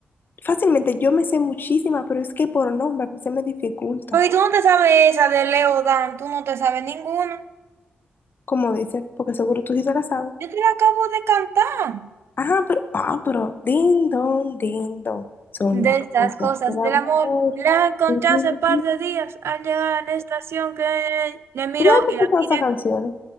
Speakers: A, on the left; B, on the right.
A: fácilmente yo me sé muchísima, pero es que por nombre se me dificulta,
B: Porque tú no te sabes esa de Leo Dan, tú no te sabes ninguna.
A: como dice, porque seguro tú sí se la sabes.
B: Yo te la acabo de cantar.
A: Ah, pero, ah, pero, ding dong, ding dong, son
B: De
A: las
B: estas
A: cosas
B: cosas
A: del amor.
B: del amor, la encontré
A: ¿Y ¿Dónde
B: hace par de días al llegar a la estación que le miro
A: tú has escuchado
B: y la miré.
A: esas canciones?